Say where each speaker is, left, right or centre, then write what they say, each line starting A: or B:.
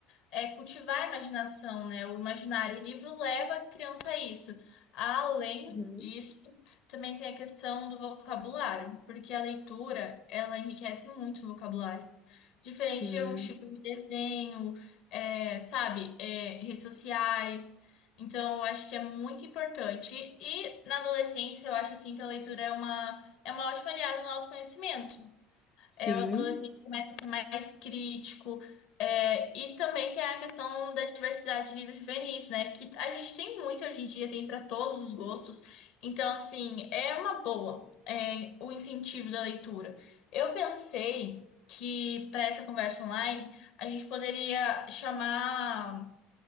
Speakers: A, on the left (about 65°); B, on the left (about 25°).
A: é, cultivar a imaginação, né? O imaginário. O livro leva a criança a isso. Além
B: Uhum.
A: disso, também tem a questão do vocabulário, porque a leitura ela enriquece muito o vocabulário. Diferente
B: Sim,
A: de alguns tipos de desenho, é, sabe, é, redes sociais. Então, eu acho que é muito importante. E na adolescência, eu acho assim que a leitura é uma, é uma ótima aliada no autoconhecimento.
B: sim.
A: É, o adolescente começa a ser mais crítico. É, e também tem a questão da diversidade de livros juvenis, né? Que a gente tem muito hoje em dia, tem para todos os gostos. Então, assim, é uma boa, é, o incentivo da leitura. Eu pensei que para essa conversa online a gente poderia chamar